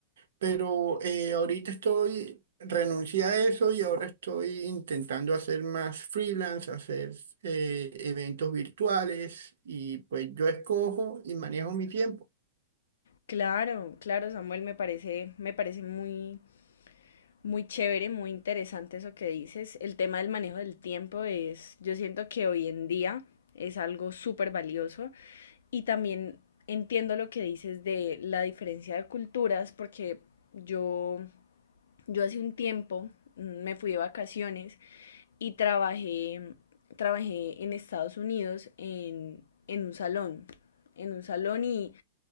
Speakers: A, on the right; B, on the left.
A: Pero eh, ahorita estoy, renuncié a eso y ahora estoy intentando hacer más freelance, hacer eh, eventos virtuales y pues yo escojo y manejo mi tiempo.
B: Claro, claro, Samuel, me parece, me parece muy, Muy chévere, muy interesante eso que dices. El tema del manejo del tiempo es, yo siento que hoy en día es algo súper valioso y también entiendo lo que dices de la diferencia de culturas porque yo, yo hace un tiempo mm, me fui de vacaciones y trabajé, trabajé en Estados Unidos en, en un salón, en un salón y